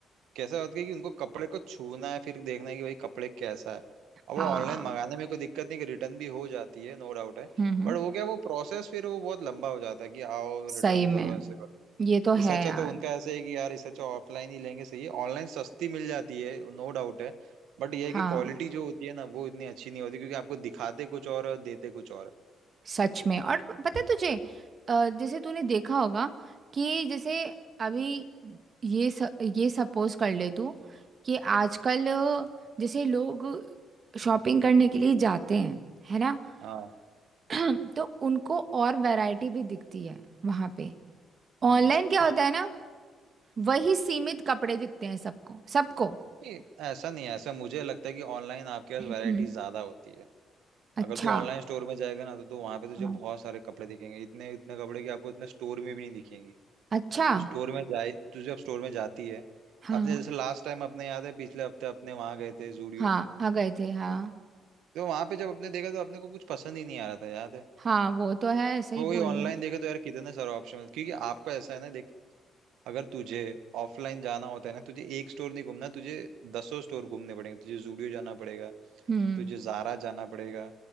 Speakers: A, on the right; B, on the right.
A: कैसा होता है कि उनको कपड़े को छूना है फिर देखना है कि भाई कपड़े कैसा है अब वो
B: हाँ
A: ऑनलाइन मंगाने में कोई दिक्कत नहीं कि रिटर्न भी हो जाती है नो डाउट है
B: हम्म हम्म,
A: बट वो क्या वो प्रोसेस फिर वो बहुत लंबा हो जाता है कि आओ
B: सही
A: रिटर्न
B: में
A: करो ऐसे करो
B: ये तो
A: इस
B: है
A: अच्छा
B: यार
A: तो उनका ऐसे है कि यार इस अच्छा ऑफलाइन ही लेंगे सही है ऑनलाइन सस्ती मिल जाती है नो डाउट है बट ये
B: हाँ
A: है कि क्वालिटी जो होती है ना वो इतनी अच्छी नहीं होती क्योंकि आपको दिखाते कुछ और और देते कुछ और है
B: सच में और पता है तुझे अ, जैसे तूने देखा होगा कि जैसे अभी ये स, ये सपोज कर ले तू कि आजकल अ, जैसे लोग शॉपिंग करने के लिए जाते हैं है ना
A: हाँ
B: <clears throat> तो उनको और वैरायटी भी दिखती है वहां पे
A: हम्म
B: ऑनलाइन क्या
A: हाँ
B: होता है ना वही सीमित कपड़े दिखते हैं सबको सबको
A: ये ऐसा नहीं है ऐसा मुझे लगता है कि ऑनलाइन आपके पास
B: हम्म
A: वैरायटी ज्यादा होती है
B: अच्छा
A: अगर तू ऑनलाइन स्टोर में जाएगा ना तो, तो वहां पे तुझे
B: हाँ
A: बहुत सारे कपड़े दिखेंगे इतने इतने कपड़े कि आपको इतने स्टोर में भी नहीं दिखेंगे
B: अच्छा
A: तो स्टोर में जाए तू जब स्टोर में जाती है
B: हाँ
A: अपने जैसे लास्ट टाइम अपने याद है पिछले हफ्ते अपने वहां गए थे जूडियो
B: हाँ आ गए थे हाँ
A: तो वहां पे जब आपने देखा तो आपने को कुछ पसंद ही नहीं आ रहा था याद है
B: हाँ वो तो है सही
A: वो
B: बोल
A: वही ऑनलाइन
B: रहे हैं
A: देखे तो यार कितने सारे ऑप्शन क्योंकि आपका ऐसा है ना देख अगर तुझे ऑफलाइन जाना होता है ना तुझे एक स्टोर नहीं घूमना तुझे दसों स्टोर घूमने पड़ेंगे तुझे जूडियो जाना पड़ेगा
B: हम्म
A: तुझे जारा जाना पड़ेगा